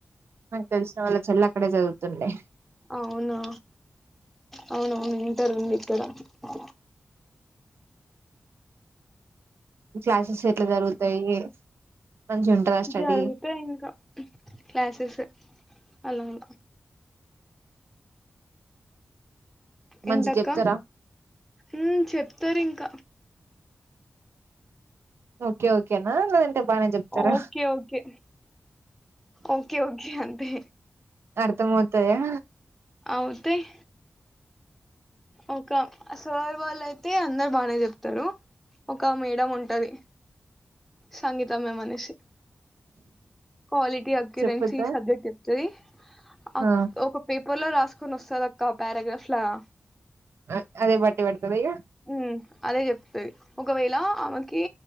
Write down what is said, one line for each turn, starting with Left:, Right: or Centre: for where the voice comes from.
Right: నాక్ తెల్సిన వాళ్లక్. చెల్లక్కడే చదువుతుండే.
Centre: అవునా అవునవును ఇంటర్ ఉంది ఇక్కడ్. డ.
Right: చాసెస్ ఎట్ల జరుగుతాయి. మంచిగా ఉంటదా స్టడీ
Centre: జరుగుతయ్ ఇంకా క్లాసస్ అలా అలా.
Right: మంచిగా
Centre: ఏంటక్క
Right: చెప్తారా
Centre: ఊ చెప్ ప్తరింక.
Right: ఓకే ఓకేనా లేదంటే బానే చెప్తారా
Centre: ఓకే ఓకే ఓకే ఓకే అంతే.
Right: అర్థంమవుతాయా.
Centre: అవుతయ్ ఒక. ఆ సార్ వాళ్లైతే అందరు బానే చెప్తారు. ఒక మేడం ఉంటది. సంగీతమే మనిషి. క్వాలిటీ అకిరెన్సిస్
Right: చెప్పొద్దా
Centre: సబ్జెక్ట్ చెప్తది. అక్
Right: ఆ
Centre: ఒక పేప్. పర్ లో రాసుకొని వస్తదక్క పారాగ్రాఫ్లాలా.
Right: అ అదే బట్టి పడతదా ఇగ.
Centre: ఉమ్ అదే చెప్తది. ఒకవేళ ఆమెకి